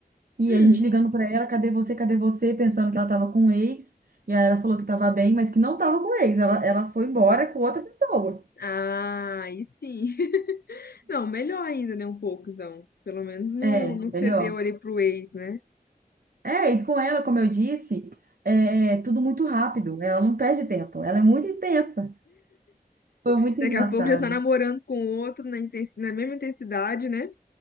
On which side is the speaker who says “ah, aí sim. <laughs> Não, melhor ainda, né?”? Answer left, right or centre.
Left